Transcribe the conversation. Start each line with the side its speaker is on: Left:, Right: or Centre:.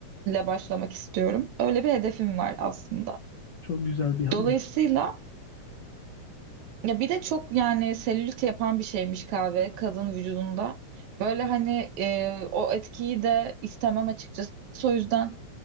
Right: başlamak istiyorum. Öyle bir hedefim var aslında.
Left: çok güzel bir hedef.
Right: Dolayısıyla ya bir de çok yani selülit yapan bir şeymiş kahve kadın vücudunda. Böyle hani e, o etkiyi de istemem açıkçası. O yüzden